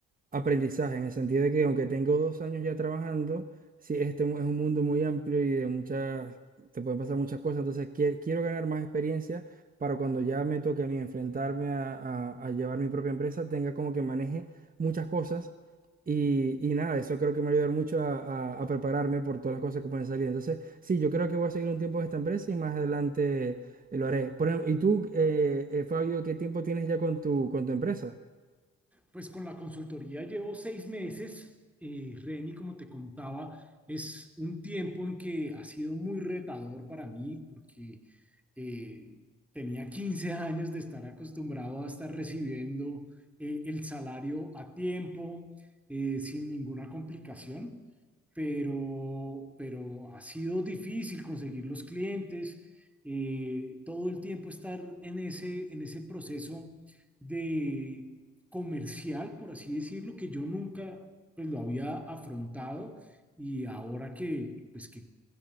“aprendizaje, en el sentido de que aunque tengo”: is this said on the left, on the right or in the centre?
Right